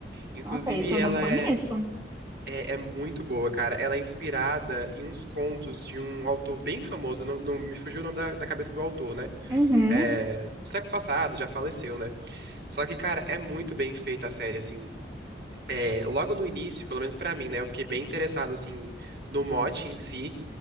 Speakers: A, on the right; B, on the right.
A: Inclusive,
B: Nossa, esse eu
A: ela
B: não conheço.
A: é, é, é muito boa, cara. Ela é inspirada em uns contos de um autor bem famoso, não, não me fugiu o nome da, da cabeça do autor, né?
B: Uhum.
A: é, do século passado, já faleceu, né? Só que, cara, é muito bem feita a série, assim. É, logo no início, pelo menos pra mim, né? Eu fiquei bem interessado, assim, no mote em si.